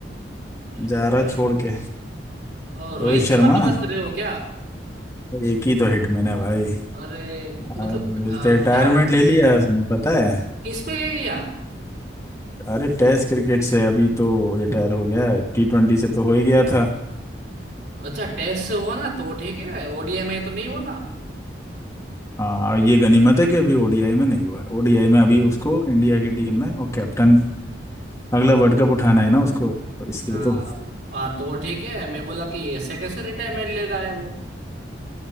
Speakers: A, on the right (about 65°); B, on the left (about 15°).
A: हिटमैन
B: जा रहा छोड़ के
A: और रोहित
B: रोहित शर्मा
A: शर्मा की बात कर रहे हो क्या
B: एक ही तो हिटमैन है भाई
A: अरे मतलब
B: रिटायरमेंट
A: अ, क्या
B: ले लिया उसने पता है
A: किस पे ले लिया
B: अरे टेस्ट क्रिकेट से अभी तो रिटायर हो गया है टी ट्वेंटी से तो हो ही गया था
A: अच्छा टेस्ट से हुआ ना तो ठीक है ओडीआई में तो नहीं हुआ ना
B: हाँ और ये गनीमत है कि अभी ओडीआई में नहीं हुआ ओडीआई में अभी उसको इंडिया की टीम में और कैप्टन अगला वर्ल्ड कप उठाना है ना उसको इसलिए
A: हाँ
B: तो
A: वो- हाँ, तो ठीक है मैं बोला कि ऐसे कैसे रिटायरमेंट ले रहा है वो